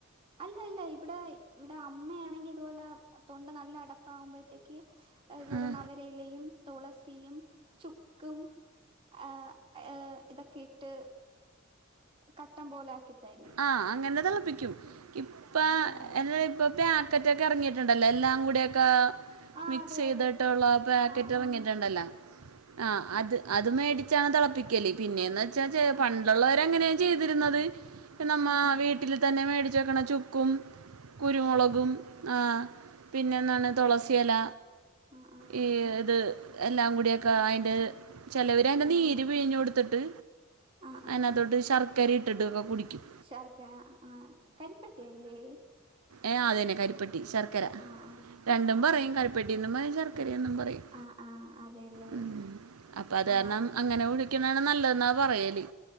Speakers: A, on the right; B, on the right.
A: അല്ല അല്ല ഇവിടെ ഇവിടെ അമ്മയാണെങ്കി ഇതുപോലെ. തൊണ്ട നല്ല അടപ്പാവുമ്പോഴത്തേക്ക് ഇതുപോലെ
B: ആ
A: നവരെ യും തുളസിയും ചുക്കും. ആഹ് ഏഹ് ഇതൊക്കെ ഇട്ട് കട്ടം പോലെ ആക്കിത്തരും.
B: ആഹ് അങ്ങനെ തിളപ്പിക്കും ഇപ്പൊ
A: ആഹ്
B: അല്ലടാ ഇപ്പൊ പാക്കറ്റൊക്കെ ഇറങ്ങി ട്ടുണ്ടല്ലോ എല്ലാം കൂടിയൊക്കെ
A: ആഹ്
B: മിക്സ്
A: അതെ
B: ചെയ്തിട്ടുള്ള
A: അതെ
B: പാക്കറ്റ്
A: ആഹ് ആഹ്
B: ഇറങ്ങിട്ടുണ്ടല്ലോ ആഹ് അത്. അത് മേടിച്ചാണ് തിളപ്പിക്കല് പിന്നെയന്ന് വെച്ചാൽ
A: ആഹ്
B: പണ്ടുള്ളവര്
A: ആഹ്
B: അങ്ങനെയാണ് ചെയ്തിരുന്നത്. ഇപ്പം നമ്മ
A: ആഹ് ആഹ്
B: വീട്ടില് തന്നെ മേടിച്ചു വെക്കണ ചുക്കും കുരുമുളകും.
A: അതെ അതെ
B: ആഹ് പിന്നെ എന്നാണ് തുളസി ഇല
A: ആഹ് ആഹ്
B: ഈ ഇത്. എല്ലാം കൂടിയൊക്കെ അയിന്റെ ചിലവര് അതിന്റെ
A: ആഹ്
B: നീര്
A: ആഹ്
B: പിഴിഞ്ഞു കൊടുത്തിട്ട്.
A: ആഹ് ആഹ്
B: അതിനകത്തോട്ട് ശർക്കര ഇട്ടിട്ടൊക്കെ കുടിക്കും.
A: ശർക്ക ആഹ് കരിപ്പെട്ടിയല്ലേ
B: ഏഹ് അത് തന്നെ കരിപ്പട്ടി ശർക്കര
A: ആഹ്
B: രണ്ടും
A: ആഹ് ആഹ്
B: പറയും
A: ആഹ്
B: കരിപ്പട്ടിയെന്നും പറയും ശർക്കരയെന്നും പറയും.
A: ആഹ് ആഹ് ആഹ് അതെല്ലേ
B: ഉം അപ്പൊ അത്
A: ആഹ്
B: കാരണം അങ്ങനെ കുടിക്കുന്നാണ് നല്ലതെന്നാ പറയല്